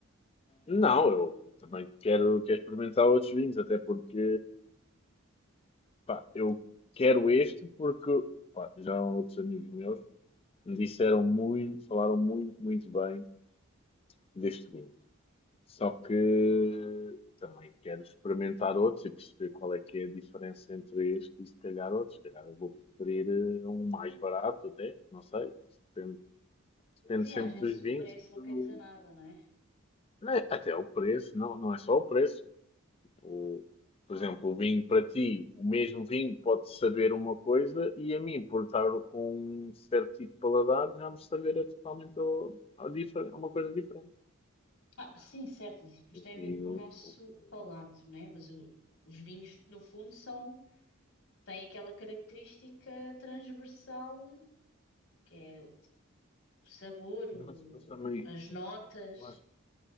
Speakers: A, on the left; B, on the left.
A: Não, eu também quero, quero experimentar outros vinhos, até porque. Pá, eu quero este porque. Pá, já outros amigos meus me disseram muito, falaram muito, muito bem deste vinho. Só que também quero experimentar outros e perceber qual é que é a diferença entre este e se calhar outros. Se calhar eu vou preferir eh, um mais barato até, não sei. Isso Depende, depende
B: Sim,
A: sempre
B: às vezes
A: dos
B: o
A: vinhos
B: preço
A: e
B: não
A: do...
B: quer dizer nada, não é?
A: é, até o preço, não, não é só o preço. Tipo, por exemplo, o vinho para ti, o mesmo vinho pode saber uma coisa e a mim, por estar com um certo tipo de paladar, já me saber totalmente o- o difer- uma coisa diferente.
B: Ah, sim, certo. Isso depois
A: O
B: tem a
A: vinho,
B: ver com o nosso
A: o vinho.
B: palato, não é? Mas o- os vinhos, no fundo, são tem aquela característica transversal que é o sabor, o-
A: Nós, nós também
B: as notas.
A: Eu acho,